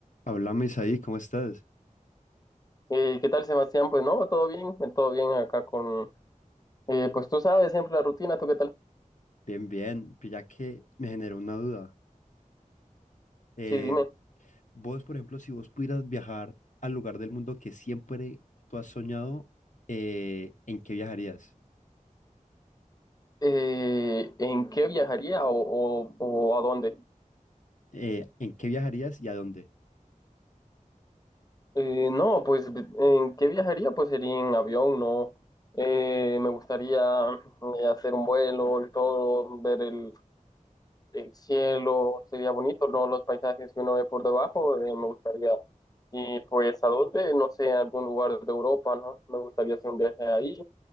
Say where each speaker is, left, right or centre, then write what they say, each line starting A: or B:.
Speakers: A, on the left; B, on the left.
A: Háblame, ahí, ¿cómo estás?
B: Eh, ¿qué tal, Sebastián? Pues no, todo bien, eh, todo bien acá con... eh, pues tú sabes siempre la rutina, ¿tú qué tal?
A: Bien, bien. Pilla que me generó una duda. Eh,
B: Sí, dime,
A: vos, por ejemplo, si vos pudieras viajar al lugar del mundo que siempre tú has soñado, eh, ¿en qué viajarías?
B: eh, ¿en qué viajaría o, o- o a dónde?
A: Eh, ¿en qué viajarías y a dónde?
B: Eh, no, pues ¿en qué viajaría? Pues sería en avión, ¿no? Eh, me gustaría eh, hacer un vuelo y todo, ver el, el cielo, sería bonito, ¿no? Los paisajes que uno ve por debajo, eh, me gustaría. Y pues a dónde, no sé, a algún lugar de Europa, ¿no? Me gustaría hacer un viaje ahí.